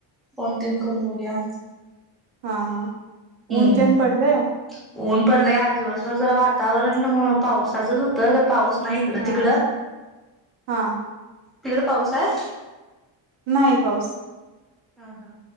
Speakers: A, in the centre; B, on the right (about 80°).
A: फोन तेन करून बघूया.
B: हा हा.
A: हम्म
B: ऊन तेन पडलंय
A: ऊन पडलय, आज दिवसभर जरा वातावरण ह पावसाचंच हुत ख पाऊस नाही हिकडं,
B: हा
A: तिकडं?
B: हा
A: तिकड पाऊस आय?
B: नाही पाऊस
A: हा हा